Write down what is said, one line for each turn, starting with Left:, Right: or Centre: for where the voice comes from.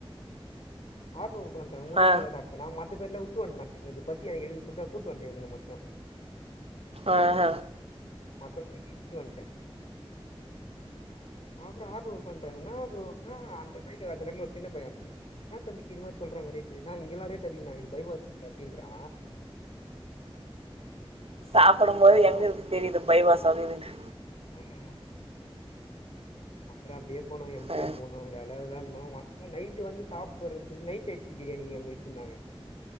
Left: ஆற்நூற்பான்றாங்க மூனே
Right: ஆ
Left: பேர்தா சாப் டோ நா மத்த பேருல உட்டு வன்டே நா இங்ந்து பசியா எடுக்து சொல்ட்டு கூட்டு வன்டே இவ்னுங்ள மட்டு
Right: ஆஹ
Left: மத்தவங்க எல்லாரையு வுட்டு வன்டே அப்புற ஆற்நூற் பண்றாங் என்னா ப்ரோன்னா அந்த பயன்ட அந்த கடல ஒரு சின்ன பைய ஒர்த இன்னா தம்பி இது மாரி சொல்றாங்க ரேட்டு நா இங்கில்லா ரேட் அதிகன்னா இது பைவாசு அப்டின்றா
Right: சாப்பிடும் போது
Left: அடா
Right: எங்க இருந்து தெரிது பைவாஸ் அது இதுன்னு
Left: ஆமா அப்புற அப்டியே போனோ எம் ஜி
Right: ஆ.
Left: எம் போனோ ம் ஜாலியா விளான்னோ வ நைட்டு வந்து சாப்புறதுக் நைட் அட்தடி பிரியாணி அங்க வெச்சுருந்தாங்க